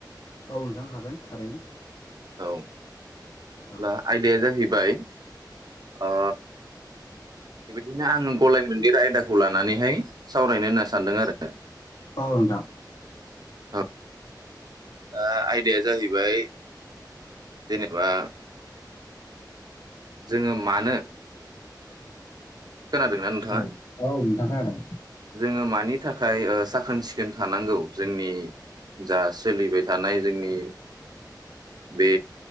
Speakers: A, on the left (about 60°); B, on the right (about 60°).
A: औ नोंथां हागोन थारैनो।
B: औ।
A: औ
B: ब्ला आयदाया जाहै बाय ओ बेबायदिनो आङो गलाय मोनदेर आयदाखौ लानानैहाय सावरायनो होनना सानदों आरो।
A: औ नोंथां।
B: औ दा आयदाया जाहैबाय जेनेबा। जोङो मानो। खोनादोंना नोंथाङा?
A: औ औ नोंथां खोनादों।
B: जोंओ मानि थाखाय साखोन सिखोन थानांगौ जोंनि जा सोलिबाय थानाय जोंनि बे